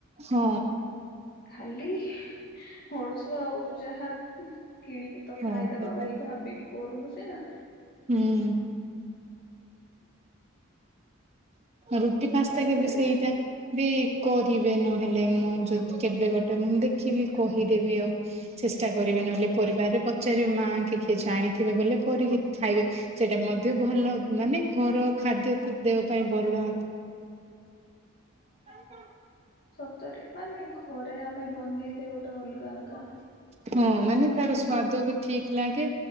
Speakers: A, on the right; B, on the left.
A: ହଁ।
B: ଖାଲି ହଳସୁଆ ଆଉଛୁ ଯାହା କିଣିକି ତ
A: ହଁ
B: ଖାଇଦବା
A: ପରା।
B: ବୋଲି ଭାବିକି କରୁନୁ ସିନା।
A: ହୁଁ। ରୁଟି ପାସ୍ତା
B: ନହେଲେ
A: କେବେ ସେଇଟା ବି କରିବେ ନହେଲେ ମୁଁ ଯଦି କେବେ ଗୋଟେ ମୁଁ ଦେଖିବି କହିଦେବି ଆଉ। ଚେଷ୍ଟା କରିବେ ନହେଲେ ପରିବାରରେ ପଚାରିବେ ମାଆ ଆଙ୍କେ କିଏ ଜାଣିଥିବେ ବ କରିକି ଖାଇବେ। ସେଇଟା ମଧ୍ୟ ଭଲ ମାନେ ଘର ଖାଦ୍ୟ ତ ଦେହ ପାଇଁ ଭଲ। ହଁ।
B: ସତରେ ମାନେ ଘରେ ଆମେ ବନେଇଲେ ଗୋଟେ ଅଲଗା ଆକା।
A: ହଁ ମାନେ ତାର ସ୍ଵାଦ ବି ଠିକ୍ ଲାଗେ।